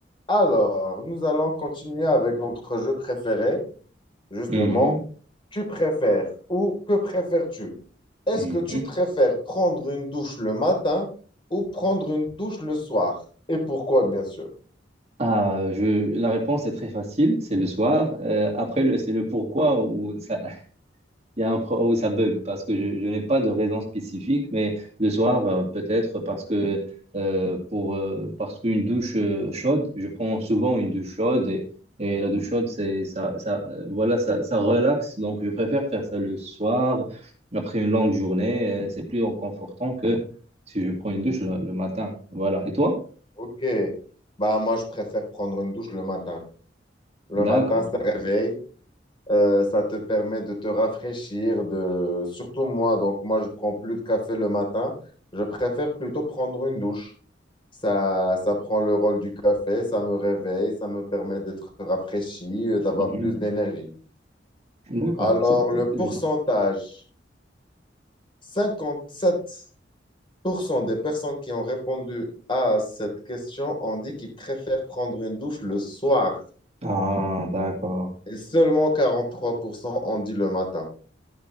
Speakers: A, on the left (about 30°); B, on the right (about 35°).
A: Alors, nous allons continuer avec notre jeu préféré, justement,
B: Mhm,
A: tu préfères ou que préfères-tu? Est-ce
B: mhm.
A: que tu préfères prendre une douche le matin ou prendre une douche le soir? Et pourquoi, bien sûr.
B: Ah, je, la réponse est très facile, c'est le soir. Euh, après, le- c'est le pourquoi où ça, <laughs> il y a un, pro- où ça bug, parce que je, je n'ai pas de raison spécifique, mais le soir, euh, peut-être parce que euh, pour, euh, parce qu'une douche euh, chaude, je prends souvent une douche chaude et, et la douche chaude, c'est, ça, ça, euh, voilà, ça, ça relaxe. Donc, je préfère faire ça le soir, après une longue journée, euh, c'est plus réconfortant que si je prends une douche le le matin. Voilà. Et toi?
A: Ok, bah moi je préfère prendre une douche le matin. Le
B: D'accord.
A: matin, ça réveille, euh, ça te permet de te rafraîchir, de... surtout moi, donc moi je prends plus de café le matin, je préfère plutôt prendre une douche. Ça, ça prend le rôle du café, ça me réveille, ça me permet d'être rafraîchi, euh, d'avoir
B: Mhm.
A: plus d'énergie.
B: D'accord,
A: Alors,
B: c'est
A: le pourcentage,
B: c'est bien.
A: cinquante-sept pour cent des personnes qui ont répondu à cette question ont dit qu'ils préfèrent prendre une douche le soir
B: Ah, d'accord,
A: et seulement 43% ont dit le matin.